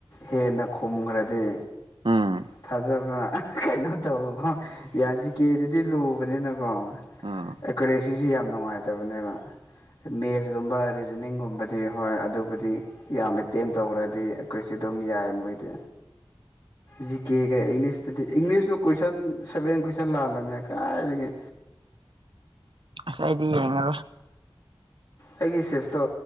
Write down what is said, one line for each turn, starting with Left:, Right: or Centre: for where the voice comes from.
Left: ꯍꯦꯟꯅ ꯈꯨꯝꯈ꯭ꯔꯗꯤ
Right: ꯎꯝ
Left: ꯊꯥꯖꯕ ꯀꯅ ꯇ ꯌꯥꯁꯤ ꯀꯦ ꯗꯤ ꯂꯨꯕꯅꯤꯅꯀꯣ
Right: ꯎꯝ
Left: ꯏꯈ ꯁꯤꯁ ꯌꯥꯝ ꯅꯨꯡꯉꯥꯏꯇꯕꯅꯦꯕ ꯃꯦꯠꯁꯀꯨꯝꯕ ꯔꯤꯖꯅꯤꯡꯒꯨꯝꯕꯗꯤ ꯍꯣꯏ ꯑꯗꯨꯕꯨꯗꯤ ꯌꯥꯝ ꯑꯦꯇꯦꯝ ꯇꯧꯈ꯭ꯔꯗꯤ ꯑꯩꯈꯣꯏꯁꯨ ꯑꯗꯨꯝ ꯌꯥꯏ ꯃꯣꯏꯗꯤ ꯖꯤ ꯀꯦꯒ ꯏꯪꯂꯤꯁꯇꯗꯤ ꯏꯪꯂꯤꯁꯇꯨ ꯀꯣꯏꯁꯟ ꯁꯚꯦꯟ ꯀꯣꯏꯁꯟ ꯂꯥꯜꯂꯝꯃꯦ ꯀꯥꯏꯉ
Right: ꯁꯗꯤ ꯌꯥꯉ
Left: ꯑꯩꯒꯤ ꯁꯤꯋꯐꯇꯣ